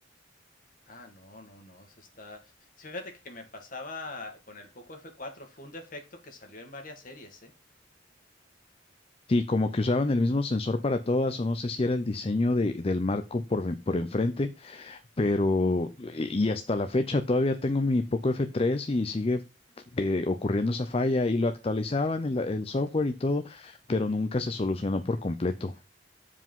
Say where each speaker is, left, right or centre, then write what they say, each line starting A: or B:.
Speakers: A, on the left (about 45°); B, on the left (about 30°).
A: Ah, no, no, no, eso está sí, fíjate que me pasaba con el Poco f cuatro fue un defecto que salió en varias series, ¿eh?
B: Sí, como que usaban el mismo sensor para todas, o no sé si era el diseño de- del marco por, ven- por enfrente, pero y hasta la fecha todavía tengo mi Poco f tres y sigue eh, ocurriendo esa falla y lo actualizaban el, el software y todo, pero nunca se solucionó por completo.